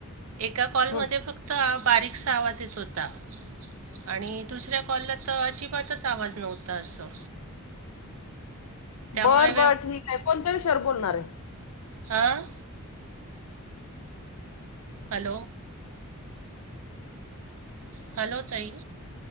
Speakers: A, on the right; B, on the left.
A: एका कॉलमध्ये
B: हं.
A: फक्त फक्त बारीकसा आवाज येत होता, आणि दुसऱ्या कॉलला तर अजिब बातच आवाज नव्हता असं. त्यामुळे
B: बरं, बरं ठीक आहे. कोणत्या विशयावर बोलणार आहे?
A: अं? हॅलो, हॅलो ताई,